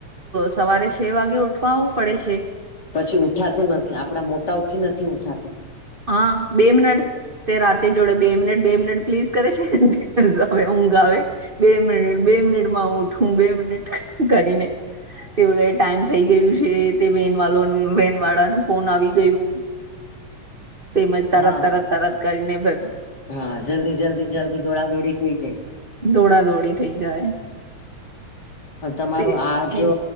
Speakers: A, on the right; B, on the left.
A: સવારે છે વાગે ઉઠવાવું પડે છે
B: પછી ઉઠાતું નથી આપણા મોટાઓથી નથી ઉઠાતું
A: હા બે મિનટ તે રાતે જોડે બે મિનિટ બે મિનિટ પ્લીઝ કરે છે આવે ઊંઘ આવે બે મિનિટ બે મિનિટમાંું ઉઠું બે મિનિટ કરીને તે ઓ લ ટાઈમ થઈ ગયું છે તે વેન વા વન વાળા ન ફોન આવી ગયું તેજ તરત
B: હા
A: તરત તરત કરીને ફેર
B: હા જલ્દી જલ્દી જલ્દી દોડા દોડી થઈ જાય
A: દોડા દોડી થઈ જાય
B: તમારોું
A: તે
B: આ જો
A: એ